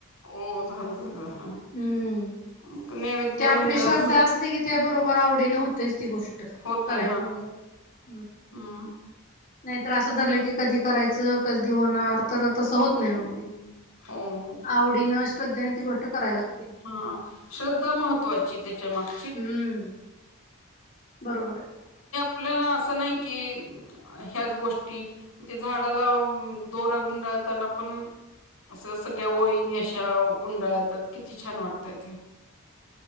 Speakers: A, on the left (about 85°); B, on the left (about 40°).
A: हो झालं सगळं
B: हम्म
A: मग नैवेद्य
B: ते आपली
A: म्हणलं
B: श्रद्धा
A: पट
B: असली की त्या बरोबर आवडीन होते तेच ती गोष्ट
A: होतय
B: करायच म्हणलंवर
A: हा
B: नाहीतर असं धरलं की कधी करायचं कधी होणार तर तसं होत नाही
A: हम्म
B: मग ते
A: हो
B: आवडीनं श्रद्धेने ती गोष्ट करायला लागते
A: हा श्रद्धा महत्त्वाची त्याच्या माग
B: हम्म बरोबर आहे
A: उपलना स नाही की ह्याच गोष्टी ते झाडाला दोरा गुंडाळताना पण असं सगळ्या ओळीने अशा गुंडाळ येतात किती छान वाटतय ते